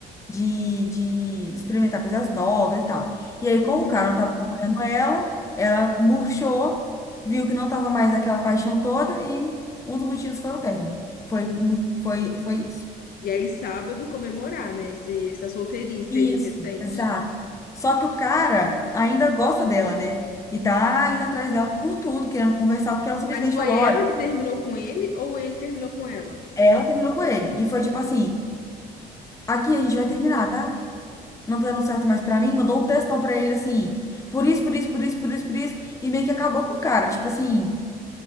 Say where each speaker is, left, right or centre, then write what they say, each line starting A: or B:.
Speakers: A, on the left; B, on the left.
A: de, de experimentar coisas novas e tal. E aí, como
B: Uhum.
A: o cara não estava acompanhando ela, ela murchou, viu que não estava mais aquela paixão toda e um dos motivos foi o término. Foi, mu- foi, foi isso.
B: E aí sábado comemorar, né? Esse, essa solteirice
A: Isso,
B: aí recente.
A: exato. Só que o cara ainda gosta dela, né? E tá indo atrás dela por tudo, querendo conversar, porque ela simplesmente
B: Mas foi
A: falou,
B: ela
A: olha,
B: que terminou com ele ou ele terminou com ela?
A: ela terminou com ele. E foi tipo assim, aqui a gente vai terminar, tá? Não tá dando certo mais pra mim, mandou um textão pra ele assim, por isso, por isso, por isso, por isso, por isso, e meio que acabou com o cara, tipo assim,